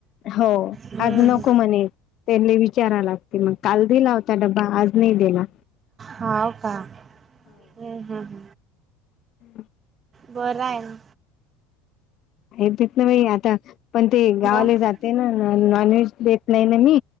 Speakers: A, on the left; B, on the right.
A: हो
B: हम्म
A: आज नको म्हणे त्यांनी विचारा लागते मग काल दिला होता ड्बा आज नाही दिला
B: हो का् हम् ह्
A: हम्
B: बर आहे
A: हे देत ना बा आता पण ते गावाले
B: मग
A: जाते ना नॉन व्हेज देत नाही ना मी